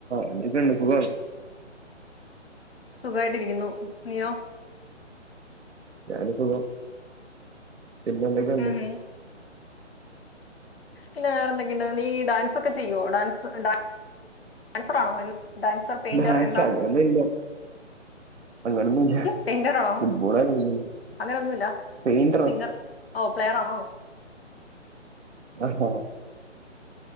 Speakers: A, on the right (about 65°); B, on the left (about 55°).
A: എന്തെക്കേണ്ട് സുഗാണോ
B: സുഖവായിട്ടിരിക്കുന്നു നിയോ
A: ഞാന് സുഖം പിന്നെ എന്തെക്കെയ്ണ്ട്
B: ഉം ഉം പിന്നെ വേറെന്തൊക്കെയ്ണ്ട് നീ ഡാൻസൊക്കെ ചെയ്യോ ഡാൻ ൻസ് ഡാ ഡാൻസർ ആണോ ഡൻസർ പെയിന്റർ
A: ഡാൻസ്
B: എന്താണ്
A: അങ്ങനൊന്നുല്ല അങ്ങനൊന്നുല്ല
B: പെയിന്ററാണോ
A: ഫുട്ബോളാ കളിക്കുന്നെ
B: അങ്ങനൊന്നുല്ല
A: പെയിന്ററോ
B: സിങ്ങർ ഓ പ്ലയറാണോ
A: ആ